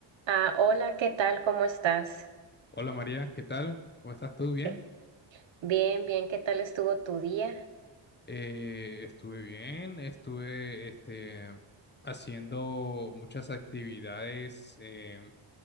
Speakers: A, on the right (about 65°); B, on the left (about 20°).
A: Ah, hola, ¿qué tal? ¿Cómo estás?
B: Hola María, ¿qué tal? ¿Cómo estás tú? ¿Bien?
A: Eh, Bien, bien, ¿qué tal estuvo tu día?
B: Eh, estuve bien, estuve este, haciendo muchas actividades eh,